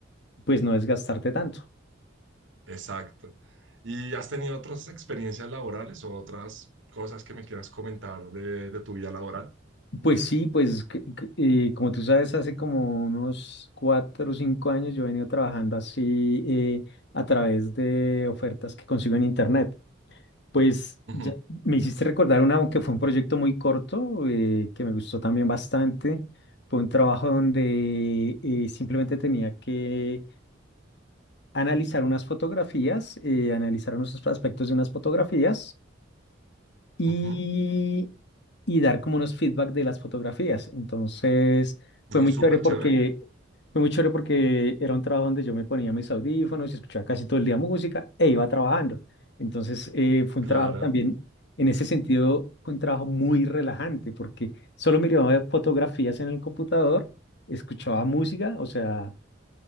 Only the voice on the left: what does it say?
pues no desgastarte tanto.
Pues sí, pues c- c- eh, como tú sabes, hace como unos cuatro o cinco años yo he venido trabajando así eh, a través de ofertas que consigo en internet. Pues
ya me hiciste recordar una, aunque fue un proyecto muy corto, eh, que me gustó también bastante. Fue un trabajo donde eh, simplemente tenía que analizar unas fotografías, eh, analizar unos aspectos de unas fotografías y,
y dar como unos feedback de las fotografías. Entonces, fue
muy
chévere porque,
fue muy chévere porque era un trabajo donde yo me ponía mis audífonos y escuchaba casi todo el día música e iba trabajando. Entonces, eh, fue
un trabajo también, en ese sentido, fue un trabajo muy relajante porque solo miraba fotografías en el computador, escuchaba música, o sea...